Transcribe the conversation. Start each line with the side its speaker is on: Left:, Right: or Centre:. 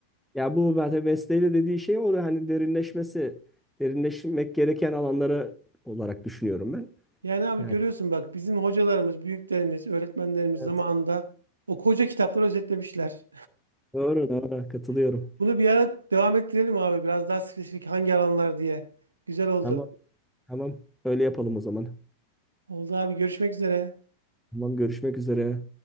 Centre: ya bu zaten mesleğiyle dediği şey o da hani derinleşmesi, derinleşmek gereken alanlara olarak düşünüyorum ben.
Right: Yani abi
Centre: Yani
Right: görüyorsun bak bizim hocalarımız, büyüklerimiz, öğretmenlerimiz
Centre: Evet.
Right: zamanında o koca kitapları özetlemişler.
Centre: doğru doğru katılıyorum.
Right: <laughs> Bunu bir ara devam ettirelim abi biraz daha spesifik hangi alanlar diye. Güzel oldu.
Centre: Tamam tamam öyle yapalım o zaman.
Right: Oldu abi görüşmek üzere.
Centre: Tamam görüşmek üzere.